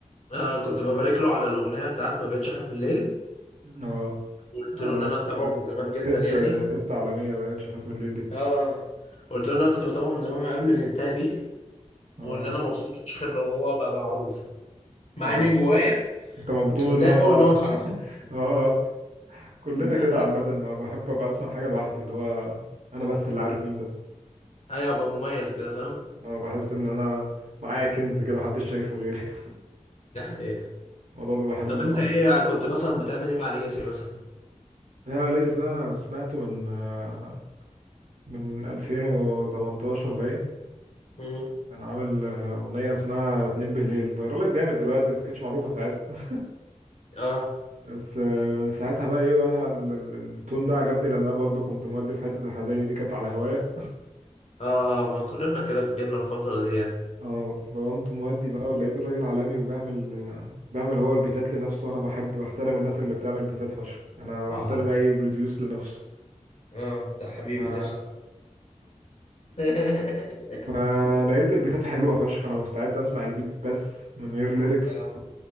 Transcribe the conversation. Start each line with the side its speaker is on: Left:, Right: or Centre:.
Left: آه كنت ببارك له على الاغنية بتاعت ما بقتش اخاف من الليل
Right: اه
Left: قلت
Right: على-
Left: له ان انا متابعه
Right: كانت
Left: من زمان
Right: كانت
Left: جدا
Right: هيت
Left: يعني
Right: هيت عالمية ما بقتش اخاف من الليل دي
Left: اه قلت له ان انا كنت بتابعه من زمان من قبل الهتاية دي
Right: اه
Left: وان انا مبسوط فشخ ان هو بقى معروف مع
Right: اه
Left: اني جوايا
Right: انت مبدون
Left: كنت متضايق
Right: ان هو تعرف
Left: قوي ان هو اتعرف
Right: <laughs> اه كلنا
Left: <laughs>
Right: كده عامة ما بحب ابقى اسمع حاجة لوحدي اللي هو انا بس اللي عارف مين ده
Left: ايوه ابقى مميز كده فاهم
Right: اه بحس ان انا معايا كنز كده محدش شايفه غيري <laughs>
Left: دي حقيقة
Right: الموضوع بيبقى حلو
Left: طب
Right: موت
Left: انت
Right: عامة
Left: ايه كنت مثلا بتعمل ايه مع ليجاسي مثلا
Right: يا ليس ده انا سمعته من آه، من 2018 باين
Left: مم.
Right: كان عامل آه، اغنية اسمها اتنين بالليل فايرالت جامد دلوقتي بس كانتش معروفة ساعتها
Left: اه
Right: بس آه، من ساعتها بقى ايه وانا ال- ال- التون ده عجبني لان انا برضو كنت مودي في حتة الحزيني دي كانت على هوايا
Left: اه آه، ما كلنا كده بجيلنا الفترة دي يعني
Right: اه فقمت مودي بقى ولقيت الراجل عالمي وبيعمل آه، بيعمل هو البيتات لنفسه وانا بحب بحترم الناس اللي بتعمل بيتات فشخ انا بحترم
Left: اه
Right: اي بروديوس لنفسه
Left: اه ده حبيبي
Right: ما
Left: تسلم <laughs>
Right: ما لقيت البيتات حلوه فشخ انا مستعد اسمع البيت بس من غير ليركس
Left: آه.